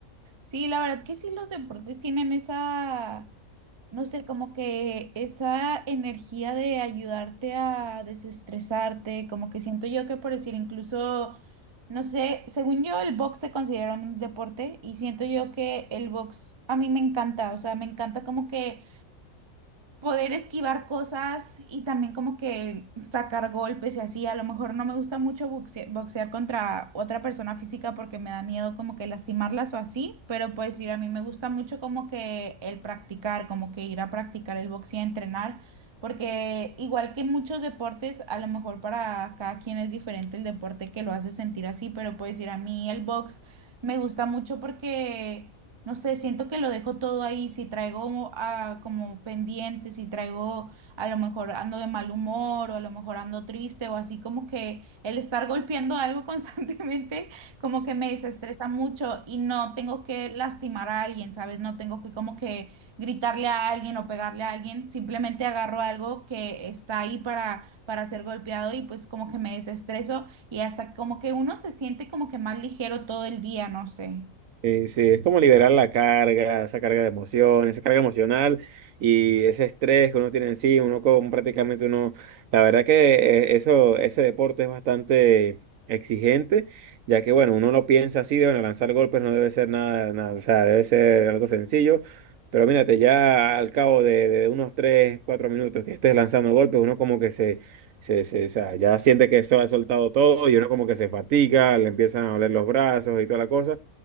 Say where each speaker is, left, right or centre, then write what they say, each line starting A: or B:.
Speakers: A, on the right (about 35°); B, on the right (about 75°).
A: Sí, la verdad que sí, los deportes tienen esa, no sé, como que esa energía de ayudarte a desestresarte, como que siento yo que por decir incluso, no sé, según yo el box se considera un deporte y siento yo que el box a mí me encanta, o sea, me encanta como que poder esquivar cosas y también como que sacar golpes y así. A lo mejor no me gusta mucho boxe- boxear contra otra persona física porque me da miedo como que lastimarlas o así, pero pues ir a mí me gusta mucho como que el practicar, como que ir a practicar el boxeo, entrenar, porque igual que muchos deportes, a lo mejor para cada quien es diferente el deporte que lo hace sentir así, pero pues ir a mí el box me gusta mucho porque... No sé, siento que lo dejo todo ahí. Si traigo ah, como pendiente, si traigo, a lo mejor ando de mal humor o a lo mejor ando triste o así como que el estar golpeando algo <laughs> constantemente como que me desestresa mucho y no tengo que lastimar a alguien, ¿sabes? No tengo que como que gritarle a alguien o pegarle a alguien. Simplemente agarro algo que está ahí para, para ser golpeado y pues como que me desestreso y hasta como que uno se siente como que más ligero todo el día, no sé.
B: Sí, sí, es como liberar la carga, esa carga de emociones, esa carga emocional y ese estrés que uno tiene encima, uno como prácticamente uno, la verdad que eh, eso, ese deporte es bastante exigente, ya que bueno, uno no piensa así de bueno, lanzar golpes no debe ser nada, nada, o sea, debe ser algo sencillo, pero mírate, ya al cabo de, de unos 3 4 minutos que estés lanzando golpes, uno como que se, se, se, o sea, ya siente que eso ha soltado todo y uno como que se fatiga, le empiezan a doler los brazos y toda la cosa.